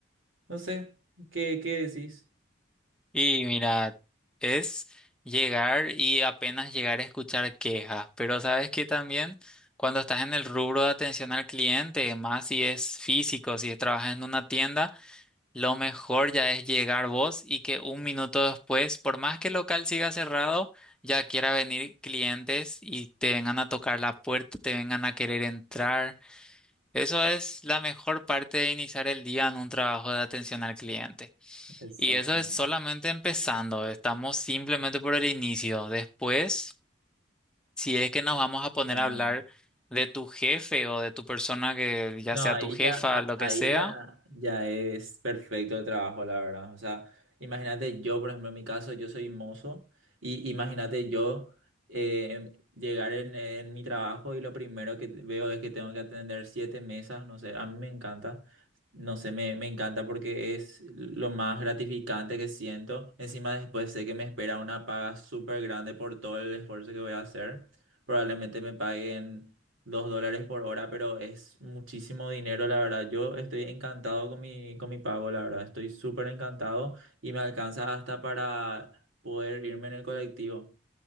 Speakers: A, on the right; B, in the centre.
A: no sé, ¿qué, qué decís?
B: Y mira, es llegar y apenas llegar a escuchar quejas, pero sabes que también cuando estás en el rubro de atención al cliente, más si es físico, si trabajas en una tienda, lo mejor ya es llegar vos y que un minuto después, por más que el local siga cerrado, ya quiera venir clientes y te vengan a tocar la puerta, te vengan a querer entrar. Eso es la mejor parte de iniciar el día en un trabajo de atención al cliente.
A: Exactamente.
B: Y eso es solamente empezando, estamos simplemente por el inicio. Después, si es que nos vamos a poner
A: No.
B: a hablar de tu jefe o de tu persona que ya
A: No,
B: sea
A: ahí
B: tu jefa,
A: ya, a-
B: lo
A: ahí
B: que sea,
A: ya, ya es perfecto el trabajo, la verdad. O sea, imagínate yo, por ejemplo, en mi caso, yo soy mozo y imagínate yo eh, em- llegar en, en mi trabajo y lo primero que veo es que tengo que atender siete mesas, no sé, a mí me encanta, no sé, me, me encanta porque es lo más gratificante que siento. Encima después sé que me espera una paga súper grande por todo el esfuerzo que voy a hacer. Probablemente me paguen dos dólares por hora, pero es muchísimo dinero, la verdad. Yo estoy encantado con mi, con mi pago, la verdad. Estoy súper encantado y me alcanza hasta para poder irme en el colectivo,